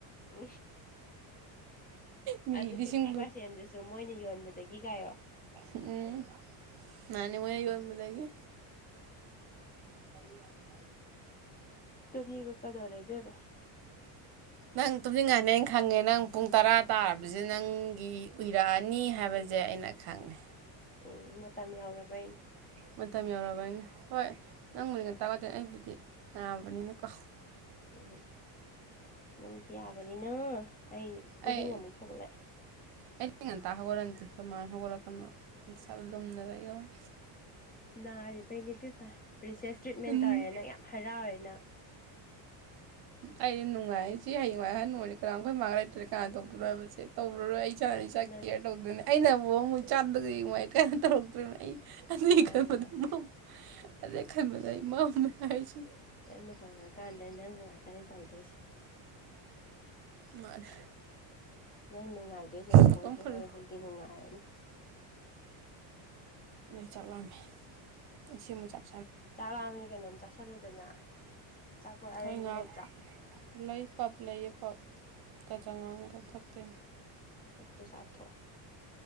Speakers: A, on the left; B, on the right.
A: <unintelligible>
B: ꯃꯤ
A: ꯑꯗꯨ
B: ꯂꯤꯁꯤꯡ
A: ꯐꯤꯐꯇꯤ ꯄꯥꯔꯁꯦꯟꯗꯨꯁꯨ ꯃꯣꯏꯅ ꯌꯣꯟꯕꯗꯒꯤ ꯀꯥꯏꯌꯣ
B: ꯎꯝ ꯃꯥꯟꯅꯦ ꯃꯣꯏꯅ ꯌꯣꯟꯕꯗꯒꯤ <unintelligible>
A: ꯇꯨꯝꯅꯤꯡꯉꯛ ꯀꯗꯧꯔꯦ ꯏꯕꯦꯃ
B: ꯅꯪ ꯇꯨꯝꯅꯤꯡꯉꯅ‌ꯦ ꯑꯩ ꯈꯪꯉꯦ ꯅꯪ ꯄꯨꯡ ꯇꯔꯥ ꯇꯥꯔꯕꯖ‌ꯦ ꯅꯪꯒꯤ ꯎꯏꯔ ꯑꯅꯤ ꯍꯥꯏꯕꯖ‌ꯦ ꯑꯩꯅ ꯈꯪꯉꯦ
A: ꯎꯝ ꯃꯇꯝ ꯌꯧꯔꯕꯩ
B: ꯃꯇꯝ ꯌꯧꯔꯕꯩꯅꯦ ꯍꯣꯏ ꯅꯪꯕꯨꯗꯤ ꯉꯟꯇ ꯋꯥꯗ‌ꯦ ꯑꯩꯕꯨꯗꯤ ꯅꯥꯕꯅꯤꯅꯀꯣ
A: ꯎꯝ ꯅꯪꯕꯨꯗꯤ ꯌꯥꯕꯅꯤꯅ ꯑꯩ ꯎꯔꯤꯡ
B: ꯑꯩ
A: ꯑꯃꯨꯛ ꯊꯣꯛꯂꯛꯑꯦ
B: ꯑꯩꯗꯤ ꯉꯟꯇꯥ ꯍꯧꯒꯠꯂ ꯅꯤ ꯈꯣꯏ ꯃꯥ ꯍꯧꯒꯠꯂ ꯀꯅꯥ ꯅꯁꯥ ꯂꯨꯝꯅ ꯂꯩꯌꯣꯌꯦ
A: ꯅꯥꯔꯤꯕꯩꯅꯦ ꯕꯦꯄꯥ ꯄ꯭ꯔꯤꯁꯦꯁ ꯇ꯭ꯔꯤꯠꯃꯦꯟ
B: ꯎꯝ
A: ꯇꯧꯔꯦꯅ ꯌꯥꯝ ꯍꯔꯥꯎꯋ‌ꯦ ꯅꯪ
B: ꯑꯩ ꯅꯨꯡꯉꯥꯏ ꯁꯤ ꯍꯌꯦꯡꯋꯥꯏ ꯑꯍꯟ ꯑꯣꯏꯔ ꯀꯅꯥ ꯑꯈꯣꯏ ꯃꯥꯥ ꯂꯩꯇ꯭ꯔ ꯀꯅꯥꯟ ꯇꯧꯗꯣꯏꯅꯣ ꯍꯥꯏꯕꯁꯦ ꯇꯧꯔꯔꯣꯏ ꯑꯩ ꯏꯁꯥꯅ
A: ꯑꯁ
B: ꯏꯁꯥ
A: ꯅꯪ
B: ꯀꯤꯌꯔ ꯇꯧꯗꯣꯏꯅꯦ ꯑꯩꯅ ꯕꯨ ꯑꯃꯨ ꯏꯆꯥꯗꯨꯗꯒꯤ ꯅꯨꯡꯉꯥꯏꯇ‌ꯦꯅ ꯇꯧꯔꯛꯇ‌ꯣꯏꯕ ꯑꯩ ꯑꯗꯨꯏ
A: ꯃꯥꯅꯦ
B: ꯈꯟꯕꯗ
A: ꯃꯥꯅꯦ
B: ꯃꯝ ꯑꯗꯨꯏ ꯈꯟꯕꯗ ꯑꯩ ꯃꯝꯃꯦ ꯍꯥꯏꯁꯤ
A: ꯅꯪ ꯂꯨꯍꯣꯡꯉ ꯀꯥꯟꯗ ꯅꯪꯅ ꯉꯥꯛꯇꯅꯦ ꯇꯧꯗꯣꯏꯁꯦ
B: ꯃꯥꯅꯦ
A: ꯅꯪ ꯅꯨꯡꯉꯥꯏꯗꯣꯏꯖ‌ꯦ ꯂꯨꯍꯣꯡꯗ꯭ꯔꯤ
B: ꯃꯇꯣꯝ ꯐꯨꯜꯂꯦ
A: ꯉꯩ ꯕ‌ꯣꯛꯗꯤ ꯅꯨꯡꯉꯥꯏꯔꯅꯤ
B: ꯑꯩ ꯆꯥꯛ ꯂꯥꯝꯃꯦ ꯑꯩ ꯁꯦꯝꯃ‌ꯦ ꯆꯥꯛ
A: ꯆꯥꯛ ꯂꯥꯝꯃꯗꯤ ꯀꯩꯅꯣꯝ ꯆꯥꯁꯜ ꯂꯨꯗꯅ ꯆꯥꯄꯣꯠ ꯑꯔꯩꯕ
B: ꯍꯣꯏ ꯉꯥꯏꯍꯥꯛ
A: ꯂꯩꯇ꯭ꯔꯣ
B: ꯂꯩ ꯄꯞ ꯂꯩꯌ‌‌ꯦ ꯄꯞ ꯀ ꯆꯉꯥꯡꯒ ꯊꯛ ꯇꯣꯏꯅꯦ
A: ꯄꯞꯇꯣ ꯆꯥ ꯊꯣ